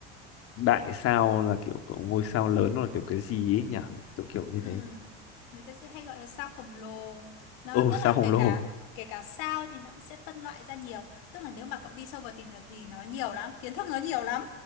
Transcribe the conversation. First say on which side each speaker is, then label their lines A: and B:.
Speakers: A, on the left (about 50°); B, on the left (about 75°).
A: đại sao là kiểu có ngôi sao lớn hoặc là kiểu cái gì ấy nhỉ kiểu kiểu như
B: Ừ,
A: thế
B: người ta sẽ hay gọi là sao khổng lồ. Nó
A: Ồ,
B: tức
A: sao
B: là
A: khổng
B: kể
A: lồ.
B: cả kể cả sao thì nó cũng sẽ phân loại ra nhiều. Tức là nếu mà cậu đi sâu vào tìm hiểu thì nó nhiều lắm, kiến thức nó nhiều lắm.